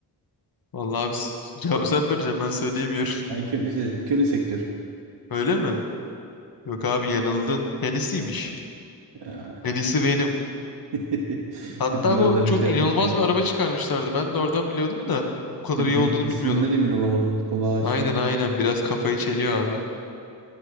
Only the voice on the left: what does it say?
Vallahi abi s- cevabı sen vereceksin ben söyleyemiyorum.
<laughs> Öyle mi? Yok abi yanıldın. Hennessy'ymiş.
Hennessy Venom.
Hatta
bu çok
inanılmaz
bir araba çıkarmışlardı. Ben de oradan biliyordum da. Bu kadar
iyi
olduğunu
bilmiyordum.
Aynen aynen
biraz kafayı çeliyor abi.